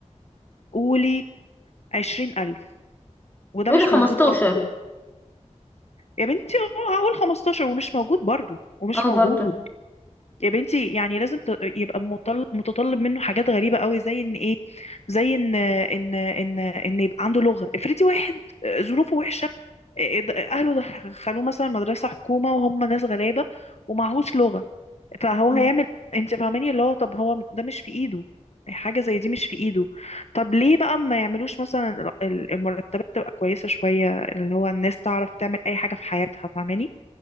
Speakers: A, on the left (about 60°); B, on the left (about 15°).
A: قولي عشرين الف وده
B: قولي
A: مش
B: 15
A: موجود اصلا يا بنتي اه هقول خمستاشر ومش موجود برضو ومش
B: اه
A: موجود
B: برضو
A: يا بنتي يعني لازم ت- يبقى مطل- متطلب منه حاجات غريبة قوي زي ان ايه زي ان ان ان ان يبقى عنده لغة افرضي واحد ظروفه وحشة اهله دخلوه مثلا مدرسة حكومة وهم ناس غلابة ومعهوش لغة فهو
B: مم.
A: هيعمل انت فاهماني اللي هو طب هو ده مش في ايده حاجة زي دي مش في ايده طب ليه بقى ما يعملوش مثلا ال- المرتبات تبقى كويسة شوية اللي هو الناس تعرف تعمل اي حاجة في حياتها فاهماني